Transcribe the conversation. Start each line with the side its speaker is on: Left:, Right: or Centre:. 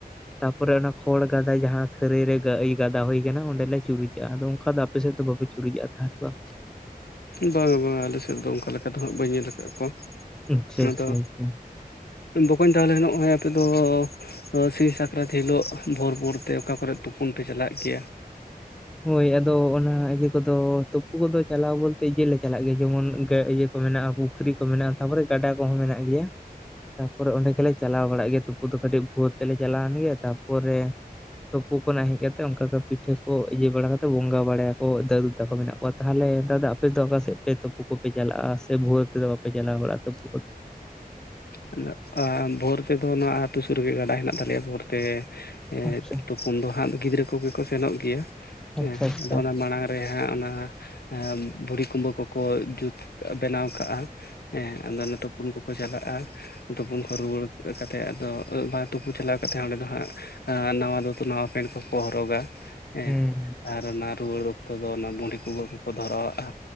Centre: ᱛᱟᱯᱚᱨᱮ ᱚᱱᱟ ᱠᱷᱚᱲ ᱜᱟᱫᱟ ᱡᱟᱦᱟᱸ ᱠᱷᱟᱹᱨᱟᱹᱭ ᱨᱮ ᱜᱟ ᱤᱭᱟᱹ ᱜᱟᱫᱟ ᱦᱩᱭ ᱟᱠᱟᱱᱟ, ᱚᱸᱰᱮ ᱞᱮ ᱪᱩᱨᱩᱪᱟᱜᱼᱟ᱾ ᱟᱫᱚ ᱚᱱᱠᱟ ᱫᱚ ᱟᱯ ᱟᱯᱮᱥᱮᱫ ᱫᱚ ᱵᱟᱯᱮ ᱪᱩᱨᱤᱡᱟᱜᱼᱟ ᱛᱟᱦᱮᱸ ᱠᱚᱜᱼᱟ ᱾
Left: ᱵᱟᱝ-ᱟ ᱵᱟᱝ-ᱟ ᱟᱞᱮ ᱥᱮᱫ ᱫᱚ ᱚᱱᱠᱟ ᱞᱮᱠᱟ ᱫᱚ ᱦᱟᱸᱜ ᱵᱟᱹᱧ ᱧᱮᱞ ᱟᱠᱟᱫ ᱠᱚᱣᱟ ᱾
Centre: ᱟᱪᱪᱷᱟ
Left: ᱟᱫᱚ
Centre: ᱟᱪᱪᱷᱟ ᱟᱪᱪᱷᱟ
Left: ᱵᱚᱠᱚᱧ ᱛᱟᱦᱚᱞᱮ ᱱᱚᱜᱼᱚᱭ ᱟᱯᱮ ᱫᱚᱻ ᱥᱤᱧ ᱥᱟᱠᱨᱟᱛ ᱦᱤᱞᱳᱜ ᱵᱷᱳᱨ ᱵᱷᱳᱨ ᱛᱮ ᱚᱠᱟ ᱠᱚᱨᱮᱫ ᱛᱩᱯᱩᱱ ᱯᱮ ᱪᱟᱞᱟᱜ ᱜᱮᱭᱟ?
Centre: ᱦᱳᱭ ᱟᱫᱚ ᱚᱱᱟ ᱤᱭᱟᱹ ᱠᱚᱫᱚ ᱛᱩᱯᱩ ᱠᱚᱫᱚ ᱪᱟᱞᱟᱣ ᱵᱚᱞᱛᱮ ᱤᱭᱟᱹ ᱞᱮ ᱪᱟᱞᱟᱜ ᱜᱮᱭᱟ ᱡᱮᱢᱚᱱ ᱜᱟᱹ ᱤᱭᱟᱹ ᱠᱚ ᱢᱮᱱᱟᱜᱼᱟ, ᱯᱩᱠᱷᱨᱤ ᱠᱚ ᱢᱮᱱᱟᱜᱼᱟ, ᱛᱟᱯᱚᱨᱮ ᱜᱟᱰᱟ ᱠᱚᱦᱚᱸ ᱢᱮᱱᱟᱜ ᱜᱮᱭᱟ᱾ ᱛᱟᱯᱚᱨᱮ ᱚᱸᱰᱮ ᱜᱮᱞᱮ ᱪᱟᱞᱟᱣ ᱵᱟᱲᱟᱜ ᱜᱮᱭᱟ ᱛᱩᱯᱩ ᱫᱚ᱾ ᱠᱟᱹᱴᱤᱡ ᱵᱷᱳᱨ ᱛᱮᱞᱮ ᱪᱟᱞᱟᱣᱮᱱ ᱜᱮᱭ ᱛᱟᱯᱚᱨᱮ ᱛᱳᱯᱳ ᱠᱷᱚᱱᱟᱜ ᱦᱮᱡ ᱠᱟᱛᱮ ᱚᱱᱠᱟ ᱠᱟ ᱯᱤᱴᱷᱟᱹ ᱠᱚ ᱤᱭᱟᱹ ᱵᱟᱲᱟ ᱠᱟᱛᱮ ᱵᱚᱸᱜᱟ ᱵᱟᱲᱟᱭᱟ ᱠᱚ ᱫᱟᱹᱫᱩ ᱛᱟᱠᱚ ᱢᱮᱱᱟᱜ ᱠᱚᱣᱟ, ᱛᱟᱦᱚᱞᱮ ᱱᱮᱛᱟᱨ ᱫᱚ ᱟᱯᱮ ᱫᱚ ᱚᱠᱟ ᱥᱮᱫ ᱯᱮ ᱛᱳ ᱯᱳ ᱠᱚᱯᱮ ᱪᱟᱞᱟᱜᱼᱟ ᱥᱮ ᱵᱷᱳᱣᱟᱹ ᱛᱮᱫᱚ ᱵᱟᱯᱮ ᱪᱟᱞᱟᱣ ᱵᱟᱲᱟᱜᱼᱟ ᱛᱳᱯᱳ <inaudible>
Left: ᱟᱫᱚ ᱟ ᱵᱷᱳᱨ ᱛᱮᱫᱚ ᱱᱚᱣᱟ ᱟᱹᱛᱩ ᱥᱩᱨ ᱨᱮᱜᱮ ᱜᱟᱰᱟ ᱦᱮᱱᱟᱜ ᱛᱟᱞᱮᱭᱟ ᱵᱷᱳᱨ ᱛᱮ ᱮᱫ
Centre: ᱟᱪᱪᱷᱟ
Left: ᱛᱩ ᱯᱩᱱ ᱫᱚ ᱦᱟᱸᱜ ᱜᱤᱫᱽᱨᱟᱹ ᱠᱚᱜᱮ ᱠᱚ ᱥᱮᱱᱚᱜ ᱜᱮᱭᱟ᱾
Centre: ᱟᱪᱪᱷᱟ
Left: ᱦᱮᱸ
Centre: ᱟᱪᱪᱷᱟ
Left: ᱟᱫᱚ ᱚᱱᱟ ᱢᱟᱲᱟᱝ ᱦᱳᱭ ᱦᱟᱸᱜ ᱚᱱᱟ ᱮ ᱵᱷᱩᱲᱤ ᱠᱩᱢᱵᱟᱹ ᱠᱚᱠᱚ ᱡᱩᱛ ᱵᱮᱱᱟᱣ ᱠᱟᱜᱼᱟ᱾ ᱦᱮᱸ ᱟᱫᱚ ᱚᱱᱟ ᱛᱩᱯᱩᱱ ᱠᱚᱠᱚ ᱪᱟᱞᱟᱜᱼᱟ, ᱛᱩᱯᱩᱱ ᱠᱚ ᱨᱩᱭᱣᱟᱹᱲ ᱠᱟᱛᱮ ᱟᱫᱚ ᱟᱹᱜ ᱵᱟ ᱛᱩᱯᱩ ᱪᱟᱞᱟᱣ ᱠᱟᱛᱮᱫ ᱚᱸᱰᱮ ᱫᱚ ᱦᱟᱸᱜ ᱱᱟᱣᱟ ᱫᱩᱛᱚ ᱱᱟᱣᱟ ᱯᱮᱱᱴ ᱠᱚᱠᱚ ᱦᱚᱨᱚᱜᱟ ᱾ ᱦᱮᱸ
Centre: ᱦᱩᱸ
Left: ᱟᱨ ᱚᱱᱟ ᱨᱩᱣᱟᱹᱲ ᱚᱠᱛᱚ ᱫᱚ ᱚᱱᱟ ᱵᱩᱸᱰᱤ ᱠᱚᱜᱮ ᱠᱚᱠᱚ ᱫᱷᱚᱨᱟᱣᱟᱜᱼᱟ᱾